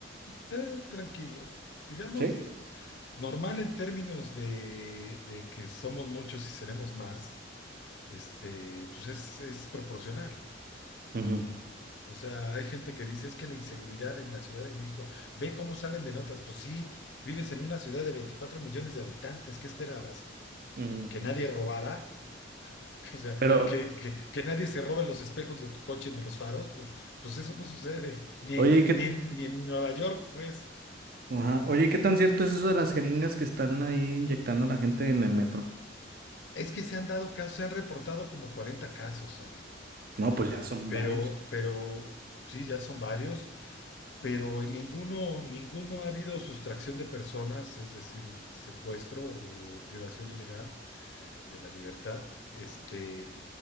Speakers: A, on the left; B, on the right.
A: Eh, tranquilo. Digamos.
B: sí
A: Normal en términos de, de que somos muchos y seremos más, este, pues es, es proporcional.
B: Ujú,
A: O sea, hay gente que dice, es que la inseguridad en la Ciudad de México, ve cómo salen de notas, pues sí, vives en una ciudad de 24 millones de habitantes, ¿qué esperabas?
B: ujú.
A: ¿Que nadie robara? <laughs> O sea,
B: Pero,
A: que, que, que nadie se robe los espejos de tu coche ni los faros, pues, pues eso no sucede, ni,
B: oye, ¿qué
A: ni, en- ni en Nueva York, pues.
B: Ajá. Oye, ¿y qué tan cierto es eso de las jeringas que están ahí inyectando a la gente en el metro?
A: Es que se han dado casos, se han reportado como 40 casos, amigo.
B: No, pues ya son
A: pero,
B: varios.
A: pero sí, ya son varios, pero en ninguno, ninguno ha habido sustracción de personas, es decir, secuestro o privación ilegal de la libertad, este,